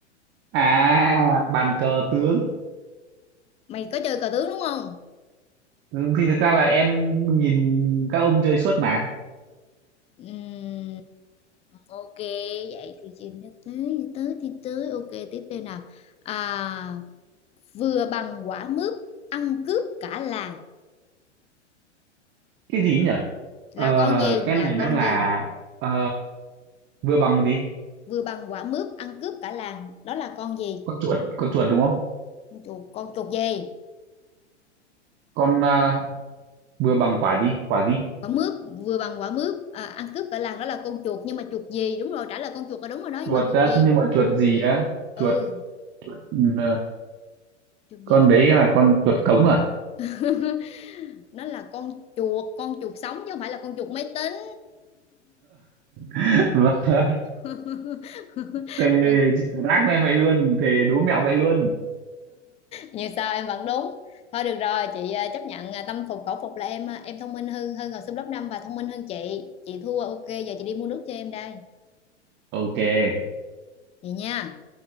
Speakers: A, on the right; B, on the left.
A: à bàn cờ tướng
B: mày có chơi cờ tướng đúng không
A: Ừ, thì thực ra là em nhìn các ông chơi suốt mà
B: Ừm, ok vậy thì chìm cho tới thì tới thì tới ok tiếp theo nào à, vừa bằng quả mướp ăn cướp cả làng
A: cái gì ấy nhỉ ờ,
B: là con gì
A: cái
B: là
A: này nó
B: con
A: là
B: gì
A: ờ, vừa bằng gì
B: vừa bằng quả mướp ăn cướp cả làng đó là con gì
A: con chuột con chuột đúng không
B: con chuột con chuột gì
A: con ờ, vừa bằng quả gì quả gì
B: quả mướp vừa bằng quả mướp à, ăn cướp cả làng đó là con chuột nhưng mà chuột gì đúng rồi trả lời con chuột là đúng rồi đó
A: chuột
B: nhưng mà chuột
A: á
B: gì
A: nhưng mà chuột gì á chuột
B: ừ
A: chuột ừ,
B: chuột gì
A: con
B: chuột
A: đấy
B: gì
A: là con chuột cống à
B: <laughs> nó là con chuột con chuột sống chứ không phải là con chuột máy tính
A: <laughs> Vâng.
B: <laughs>
A: Thề chị cũng ác lên vậy luôn thề đố mẹo vậy luôn
B: như sao em vẫn đúng thôi được rồi chị à, chấp nhận à, tâm phục khẩu phục là em à, em thông minh hơn hơn học sinh lớp 5 và thông minh hơn chị chị thua ok giờ chị đi mua nước cho em đây
A: ok
B: vậy nha